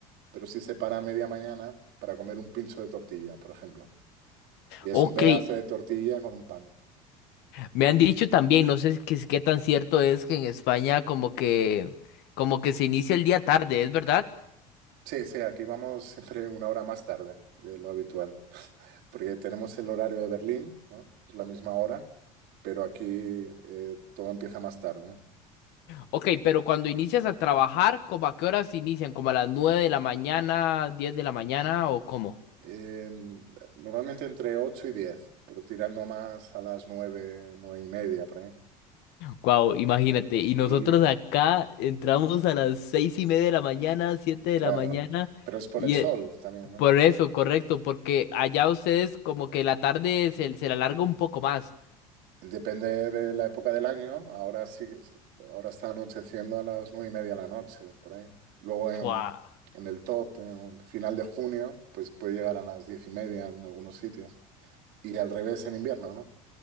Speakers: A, on the right; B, on the left.
A: pero sí se para a media mañana para comer un pincho de tortilla, por ejemplo. Y es
B: ok.
A: un pedazo de tortilla con un pan.
B: Me han dicho también, no sé qué, qué tan cierto es que en España como que como que se inicia el día tarde, ¿es verdad?
A: Sí, sí, aquí vamos siempre una hora más tarde de lo habitual, porque tenemos el horario de Berlín, ¿no? Es la misma hora, pero aquí eh, todo empieza más tarde, ¿no?
B: Ok, pero cuando inicias a trabajar, ¿como a qué horas inician? ¿Como a las 9 de la mañana, diez de la mañana o cómo?
A: Eh, normalmente entre 8 y 10 pero tirando más a las nueve 9 y media, por ahí.
B: Wow, imagínate. Y nosotros
A: Y
B: acá entramos a las seis y media de la mañana, siete de
A: claro,
B: la mañana.
A: pero es por
B: Y
A: el sol
B: eh,
A: también, ¿no?
B: por eso, correcto, porque allá ustedes como que la tarde se, se la alarga un poco más.
A: Depende de la época del año. Ahora sí, que es- ahora está anocheciendo a las nueve y media de la noche, por ahí. Luego en,
B: Wow,
A: en el top, en final de junio, pues puede llegar a las diez y media en algunos sitios. Y al revés en invierno, ¿no?